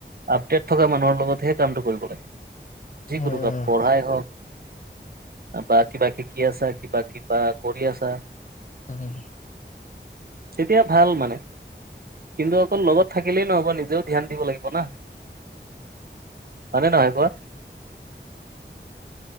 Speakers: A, on the right; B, on the left.
A: আপডেট থকা মানুহৰ লগতহে কামটো কৰিব লাগে। যিকোনো
B: উম,
A: কাম
B: উম।
A: পঢ়াই হওঁক বা কিবা শিকি আছা, কিবা কিবা কৰি আছা
B: উম।
A: তেতিয়া ভাল মানে। কিন্তু অকল লগত থাকিলেই নহ'ব নিজেও ধ্যান দিব লাগিব না। হয়নে নহয় কোৱা।